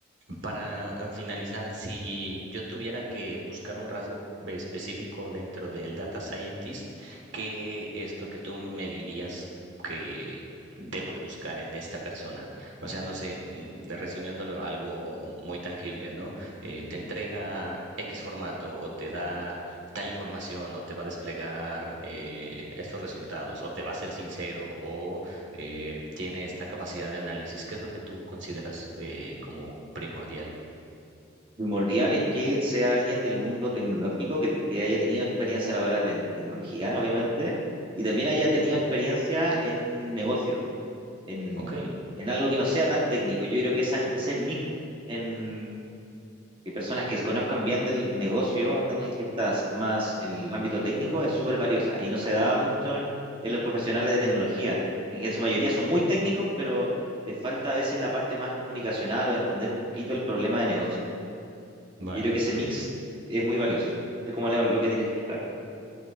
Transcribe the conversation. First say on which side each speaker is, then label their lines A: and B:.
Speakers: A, on the right; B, on the right.
A: Para eh, finalizar, si yo tuviera que buscar un rasgo específico dentro del data scientist, ¿qué es lo que tú me dirías que debo de buscar en esta persona? O sea, no sé, mm, resumiéndolo a algo muy tangible, ¿no? Eh, te entrega X formato o te da tal información o te va a desplegar eh, estos resultados o te va a ser sincero o eh, tiene esta capacidad de análisis, qué es lo que tú consideras eh, como primordial.
B: Primordial es que sea alguien del mundo tecnológico que, te- que haya tenido experiencia laboral en tecnología, obviamente, y también haya tenido experiencia en negocios, en,
A: Ok,
B: en algo que no sea tan técnico. Yo creo que esa, ese mix en que personas que conozcan bien del negocio onda, en el que estás, más el ámbito técnico, es súper valiosa y no se da mucho en, en los profesionales de tecnología, en que en su mayoría son muy técnicos, pero les falta a veces la parte más comunicacional o entender un poquito el problema de negocio.
A: vale.
B: Yo creo que ese mix es muy valioso. Es como lo, lo que tienes que explicar.